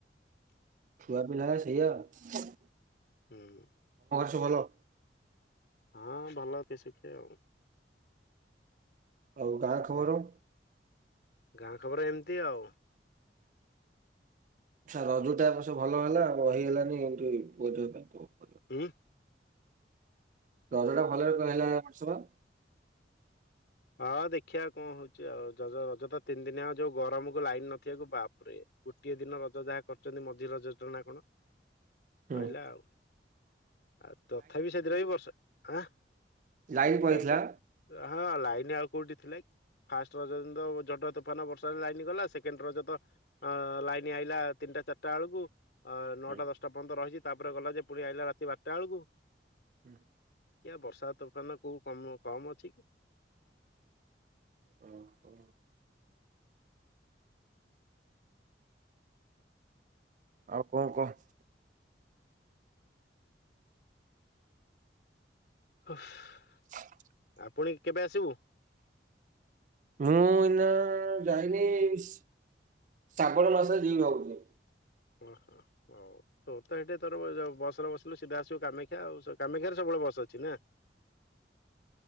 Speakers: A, on the right; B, on the left.
A: ଛୁଆ ପିଲାନା ସେଇଆ ଆଉ।
B: ହୁଁ।
A: ତୁ ଭଲ।
B: ହଁ ଭଲ କି ଶିଖେ ଆଉ।
A: ଆଉ ଗାଁ ଖବର?
B: ହଉ ଗାଁ ଖବର ଏମିତି ଆଉ।
A: ଛ ରଜ ଟା ସେ ଭଲ ହେଲା ରହି ହେଲାନି <unintelligible>
B: ଉଁ।
A: ତରଟା ଭଲରେ କହିଲା ବର୍ଷ।
B: ହଁ ଦେଖିବା କଣ ହଉଛି ଆଉଜ ରଜ ତ ତିନି ଦିନିଆ ଆଉ ଯୋଉ ଗରମକୁ ଲାଇନ ନିବାକୁ ବାପରେ। ଗୋଟିଏ ଦିନ ରଜ ଯାହା କରୁଛନ୍ତି ମଝି ରଜ ନା କଣ?
A: ହୁଁ
B: ସରିଲା ଆଉ ଆଉ ତଥାପି ସେଥିରେ ବି ବର୍ଷା ଆଁ।
A: ଲାଇନ୍ ପଲେଇଥିଲା।
B: କାହିଁ କୋ ହଁ ଲାଇନ ଆଉ କୋଉଠି ଥିଲା କି? ଫାଷ୍ଟ ରଜ ଦିନ ତ ତୋଫାନ ବର୍ଷା ଲାଇନ ଗଲା ସେକେଣ୍ଡ ଲାଇନ୍ ଆଇଲା ତିନି ତିନିଟା ଚାରିଟା ବେଳକୁ ଅ ନଅଟା
A: ହୁଁ,
B: ଦଶଟା ପନ୍ଦର ରହିଛି ତାପରେ ଗଲା ଯେ ପୁଣି ଆଇଲା ରାତି ବାରଟା ବେଳକୁ।
A: ହୁଁ।
B: ଆଜ୍ଞା ବର୍ଷା ତୋଫାନ କୋଉ କମ୍ କମ୍ ଅଛି କି?
A: ଓ ହୋ। ଆଉ କଣ କହ?
B: ଅଫ <unintelligible>
A: <inaudible>
B: ପୁଣି କେବେ ଆସିବୁ?
A: ମୁଁ ଏଇନା ଯାଇନି ସ୍। ଶ୍ରାବଣ ମାସ ଯିବି ଭାବୁଛି।
B: ଓ ହୋ ହଁ। ହଉ ତୋର ତ ସେଠି ତୋର ଯୋଉ ବସରେ ବସିଲୁ ସିଧା ଆସିବୁ କାମାକ୍ଷା ଆଉ କାମାକ୍ଷାରେ ସବୁବେଳେ ବସ ଅଛି ନା।